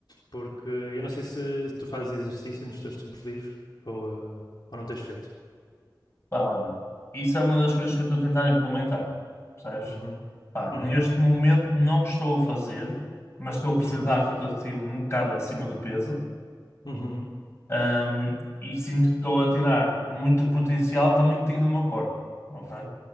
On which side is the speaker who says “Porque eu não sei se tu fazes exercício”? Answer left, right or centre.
Left